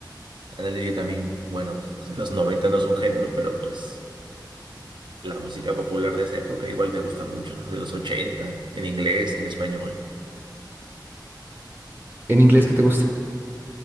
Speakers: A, on the right (about 80°); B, on the right (about 25°).
A: ándale, yo también, bueno, los 90 no es un género, pero pues la música popular de esa época igual me gusta mucho, ¿no? De los 80 en inglés, en español.
B: ¿En inglés qué te gusta?